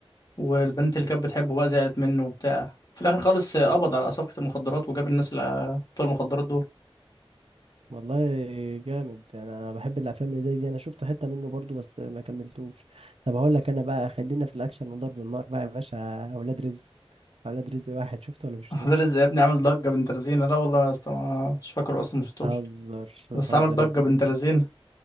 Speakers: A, on the left; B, on the right.
A: والبنت اللي كانت بتحبه بقى زعلت منه وبتاع في الاخر خالص قبض على صفقة المخدرات وجاب الناس اللي بتوع المخدرات دول
B: والله جامد يعني انا بحب الافلام اللي زي دي انا شفت حته منه برضو بس ما كملتوش طب هقول لك انا بقى خلينا في الاكشن وضرب النار بقى يا باشا اولاد رزق اولاد رزق واحد شفته ولا مشفتوش
A: <laughs> ده رزق يا ابني عامل ضجة بنت لذينة لا والله يا اسطى ما- مش فاكره اصلا مش شفتوش
B: بتهزر بتهزر
A: بس عامل ضجة
B: يا ابني
A: بنت لذينة